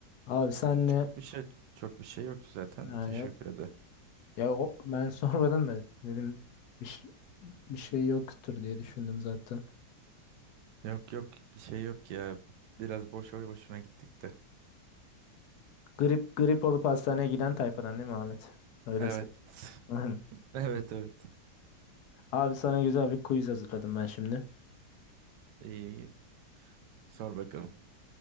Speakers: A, on the left; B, on the right.
A: Abi senle
B: Çok bir şey çok bir şey yoktu zaten
A: ha,
B: de teşekkür
A: ya,
B: ederim.
A: ya o, ben <laughs> sormadım da dedim bir, şey- bir şey yoktur diye düşündüm zaten.
B: Yok yok bir şey yok ya biraz boşa boşuna gittik de.
A: Grip grip olup hastaneye giden tayfadan değil mi Ahmet? Öyleyse.
B: Evet <laughs>
A: <laughs>
B: evet evet
A: Abi sana güzel bir quiz hazırladım ben şimdi.
B: iyi sor bakalım.